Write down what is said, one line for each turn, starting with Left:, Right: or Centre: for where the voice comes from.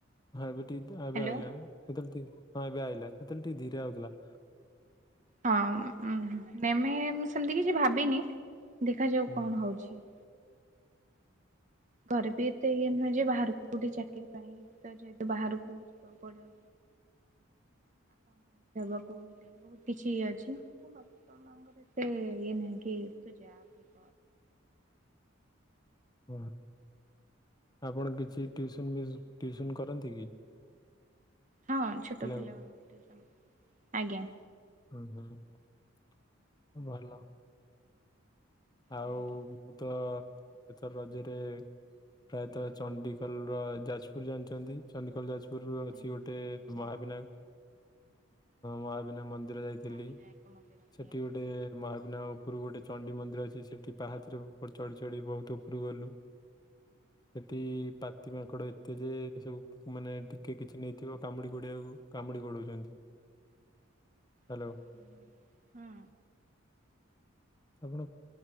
Left: ହଁ ଏବେିକବେ
Right: ହ୍ୟାଲୋ
Left: ଆଳେ ଏବେ ଆଇ ସେତେବେଳେ ଟିକେ ଧୀରେ ହଉଥିଲା
Right: ହଁ ଏମେ ସେମିତି କିଛି ଭାବିନି ଦେଖାଯାଉ
Left: ହୁଁ
Right: କଣ ହଉଛି ଘରେ ବି ଏତେ ଇଏ ନୁହେଁ ଯେ ବାହାରକୁ କେଉଠି ଚାକିରି ପାଇଁ ଯେହେତୁ ବାହାରକୁ ଯିବାକୁ ପଡିବ ଟ ହକୁ ହେଲେ ବହୁତ କିଛି ଅଛି <inaudible> ତଙ୍ଗରେ ଏନଗି ତୁ ଜହାାଗ <inaudible>
Left: ହଁ ଆପଣ କିଛି ଟିଉସନ୍ ବି ଟିଉସନ୍ କରନ୍ତି କି
Right: ହଁ ଛୋଟ
Left: ପିଲାଙ୍କୁ
Right: ପିଲାମାନଙ୍କୁ ଟିଉସନ୍ ଆଜ୍ଞା
Left: ହୁଁ ହୁଁ ଭଲ ଆଉ
Right: ଆଜ୍ଞା
Left: ମୁଁ ତ ଏଥର ରଜ୍ୟରେ ପ୍ରାୟତଃ ଚଣ୍ଡିକୋଲର ଯାଜପୁର ଜାଣିଛନ୍ତି ଚଣ୍ଡଖୋଲ ଯାଜପୁର ଅଛି
Right: ଆଜ୍ଞା
Left: ଗୋଟେ
Right: ଆଜ୍ଞା
Left: ମହାବିନା ମହାବିନା ମନ୍ଦିର ନ୍ଦିର ଯାଇଥିଲି
Right: ହଁ ବିନାୟକ ମନ୍ଦିର ଆଜ୍ଞା।
Left: ସେଠି ଗୋଟେ ମହାବିନା ଉପରକୁ ଗୋଟେ ଚଣ୍ଡି ମନ୍ଦିର ଅ ସେଠି ପାହାଚରେ ଚଢି ଚଢି ବହୁତ ଉପରୁ ଗଲୁ ସେଠି ପାତି ମାଙ୍କଡ଼ ଏତେ ଯେ ସବୁ ମାନେ ଟିକ କିଛି ନେଇଥିବ କାମୁଡ଼ି ପଡ଼ିବାକୁ କାମୁଡ଼ି ଗଡ଼ଉଛନ୍ତି ହ୍ୟାଲୋ
Right: ହୁଁ
Left: ଆପଣ